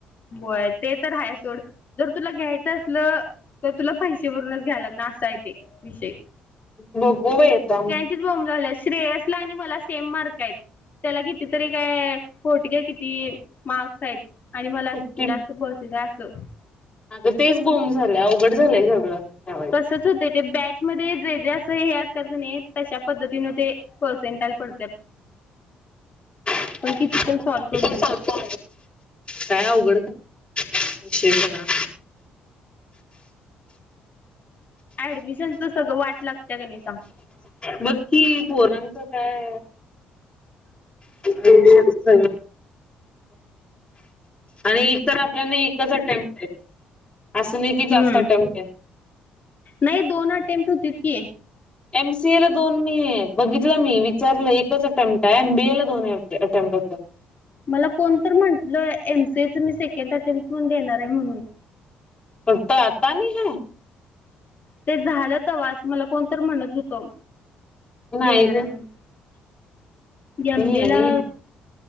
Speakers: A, on the left; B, on the left.
A: होय ते तर हाय सोड जर तुला घ्यायचं असल? तर तुला पैसे भरूनच घ्याला लागनार असा आहे ते विषय?
B: बघू बाय येता.
A: <unintelligible> श्रेयसला आणि मला सेम मार्क आहेत त्याला कितीतरी काय? कोटी का किती मार्क्स आहेत आणि मला
B: हो कीे
A: <unintelligible>
B: अग तेच बोंब झाल्या अवघड झालंय सगळं.
A: च होत ते बॅचमध्ये जे जे असं हे असतात क नाही तशा पद्धतीन ते पर्सटल पडत्यात.
B: आ
A: किती पण सॉल्व करू
B: क
A: दे
B: सांगतो? काय अवघड ख विशयणा?
A: ऍडमिशनचं सगळं वाट लागत्या कणे सांग-
B: बक्की पोरांच काय आहे? ग आणि तर आपल्याने एकच अटेम्प्ट आहे असून की जास्त
A: हम्म
B: अटेम्प्ट आहे?
A: नाही दोन अटेम्प्ट होती की?
B: एमसीए ला दोन मी आहे बघितलं मी विचारलं एकच अटेमप्ट आहे एमबीए ला दोन वाटत अटेमप्ट.
A: मला कोणत तर म्हंटलं एमसीएच मी सेकंड अटेम्प्ट म्हून देणार आहे म्हणून?
B: पत आता नाही आय?
A: ते झालंतवाज मला कोणत म्हणत होतं?
B: नाही
A: देणार
B: ग
A: आहे म्हणून एम
B: नाही
A: बी
B: आहे
A: एला
B: नाही आहे